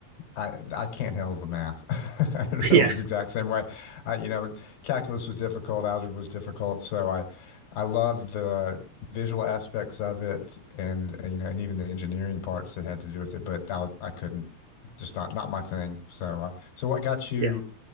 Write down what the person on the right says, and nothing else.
<laughs> yeah,
yeah.